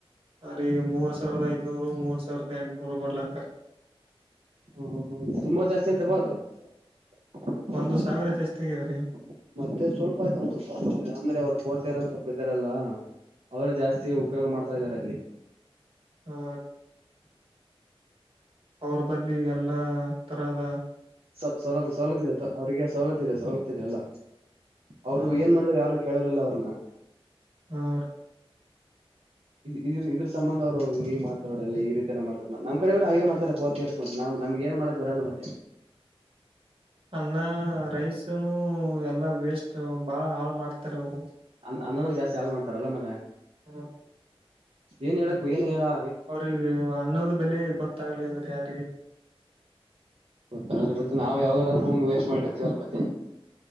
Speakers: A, on the right (about 65°); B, on the right (about 80°).
A: ಹಾ ರೀ ಈಗ ಮೂರ್ ಸಾವಿರದ ಐದನೂರು ಮೂರ್ ಸಾವಿರದ ಎಂಟನೂರು ಬರ್ಲಾತಾರೀ
B: ಹ್ಮ್ ಹ್ಮ್ಮ್ ಹೂ ತುಂಬಾ ಜಾಸ್ತಿ ಆಯ್ತಪ ಅದು <unintelligible>
A: ಒಂದು ಸಾವಿರ ಜಾಸ್ತಿ ಆಗ್ಯದ್ರಿ
B: ಮತ್ತೆ ಸ್ವಲ್ಪ ಆಯ್ತ ಏನ್ ಒಂದು ಸಾವಿರ ಅಂದ್ರೆ ಅವ್ರು ಫೋರ್ಥ್ ಒಂದು ಸ್ವಲ್ಪ ಇದ್ದಾರಲ್ಲ ಅವರೇ ಜಾಸ್ತಿ ಉಪಯೋಗ ಮಾಡ್ತಾ ಇದ್ದಾರೆ ಅಲ್ಲಿ
A: ಆ ಅವ್ರ ಬಲ್ಲಿ ಎಲ್ಲಾ ತರಹದ
B: ಸ ಸವಲತ್ತು ಸವಲತ್ ಇದೆ ಅವ್ರರಿಗೆ ಸವಲತ್ ಇದೆ ಸವಲತ್ ಇದೆ ಎಲ್ಲಾ ಅವ್ರು
A: ಹ
B: ಏನ್ ಮಾಡಿದರು ಯಾರು ಕೇಳೋರಿಲ್ಲ ಅವ್ರನ್ನ
A: ಹಾ ರೀ
B: ಇದು ಇದು ಇದರ ಸಂಬಂಧ ಅವ್ರು ಹಿಂಗ್ ಹಿಂಗ ಮಾಡ್ತಾರೆ ನೋಡು ಎಲ್ಲ ಈ ರೀತಿ ಎಲ್ಲ ಮಾಡತಾರ ನಮ್ಮ್ ಕಡೆ ಕೂಡ ಹಾಗೆ ಮಾಡ್ತಾರೆ ಫೋರ್ಥ್ ಇಯರ್ ಮಾಡ್ತೀವಿ ನಾವು ನಮಗೆ ಏನ್ ಮಾಡ ಬರಲ್ಲ ಮತ್ತೆ
A: ಅನ್ನ ರೈಸನು ಎಲ್ಲಾ ವೇಸ್ಟ್ ಬಾಳ ಹಾಳ ಮಾಡ್ತ ಮಾಡ್ತಾರಾ ಅವರು
B: ಅನ್ನ ನು ಜಾಸ್ತಿ ಹಾಳ್ ಮಾಡ್ತಾರಲ್ಲ ಆಮೇಲೆ
A: ಹಾ
B: ಏನ್ ಹೇಳಕ್ ಏನ್ ಹೇಳಾ
A: ಅವ್ರಿಗೆ ಅನ್ನದ ಬೆಲೆ ಗೊತ್ತಾಗಲ ಇದ್ರ ಯಾರಿಗೆ
B: ಗೊತ್ತಾದ್ರೆ ಮತ್ತೆ ನಾವ್ ಯಾವ್ಯಾರೂಮ್ ವೇಸ್ಟ್ ಮಾಡಿರ್ತೀವಲ್ ಮತ್ತೆ